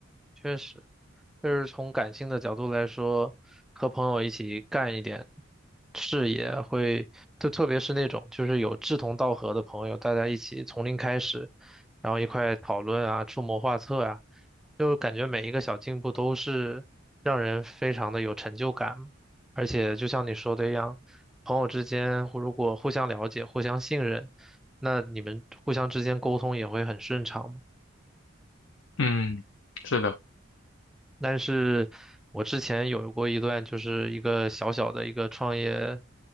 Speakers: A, in the centre; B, on the left.
A: 确实，就是从感性的角度来说，和朋友一起干一点，视野会，就特别是那种就是有志同道合的朋友，大家一起从零开始，然后一块讨论啊，出谋划策啊，就感觉每一个小进步都是让人非常的有成就感。而且就像你说的一样，朋友之间互如果互相了解、互相信任，那你们互相之间沟通也会很顺畅嘛。
B: 嗯，是的。
A: 但是我之前有过一段就是一个小小的一个创业